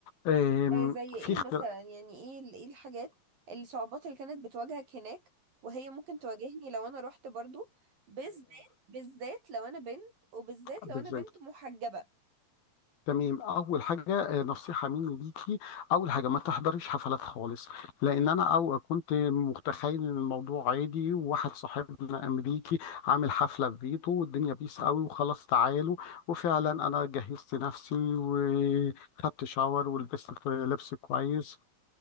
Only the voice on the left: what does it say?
آم،
في اختلاف
بالظبط
تمام اول حاجه آه، نصيحه مني ليكي اول حاجه ما تحضريش حفلات خالص لان انا او كنت متخيل ان الموضوع عادي وواحد صاحبنا امريكي عامل حفله في بيته والدنيا بيس قوي وخلاص تعالوا وفعلا انا جهزت نفسي وخدت شاور ولبست لبس كويس